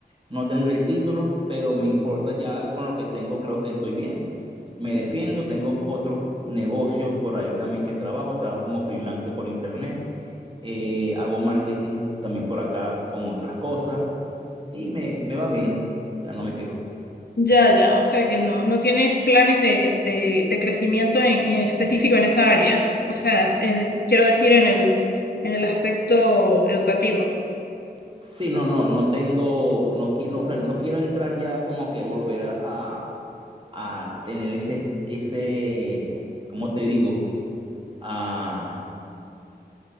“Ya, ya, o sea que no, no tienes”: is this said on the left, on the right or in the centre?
Left